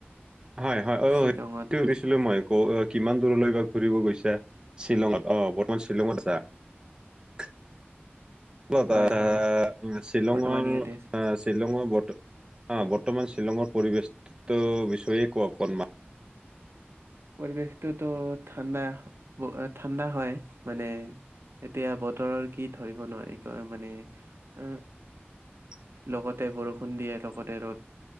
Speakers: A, on the right (about 20°); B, on the right (about 80°).
A: হয় হয় অ
B: শ্বিলঙত।
A: সেটো সুধিছিলো মই অ কিমান দূৰলৈ বা ঘুৰিব গৈছা শ্বিলঙত আহ বৰ্তমান শ্বিলঙত যা <unintelligible> কা
B: হয়,
A: এ
B: হয়।
A: শ্বিলঙৰ
B: বৰ্তমান ইয়াতে আছো।
A: শ্বিলঙৰ <unintelligible> অ বৰ্তমান শ্বিলঙৰ পৰিবেশটো বিষয়ে ক অকনমান
B: পৰিৱেশটোতো ঠাণ্ডা ঠাণ্ডা হয় মানে। এতিয়া বতৰৰ কি ধৰিব নোৱাৰি ক মানে আহ
A: <inaudible>
B: লগতে বৰষুণ দিয়ে লগতে ৰ'দ